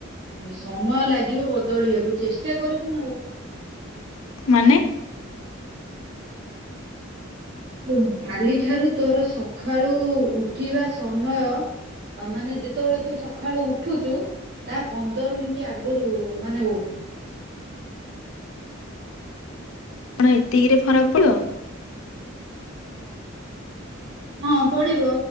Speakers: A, on the right; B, on the left.
A: ସମୟ ଲାଗିବ ବଦଳିବାକୁ ଚେଷ୍ଟା କରିବୁ ନା ଆଉ।
B: ମାନେ
A: ଓହୋ, କାଲିଠାରୁ ତୋର ସକାଳୁ ଉଠିବା ସମୟ ତା ମାନେ ଯେତେବେଳେ ତୁ ସକାଳୁ ଉଠୁଚୁ ତା ପନ୍ଦର ମିନିଟ ଆଗରୁ ମାନେ ଉଠୁ।
B: କଣ ଏତିକିରେ ଫରକ ପଡିବ।
A: ହଁ ପଡିବ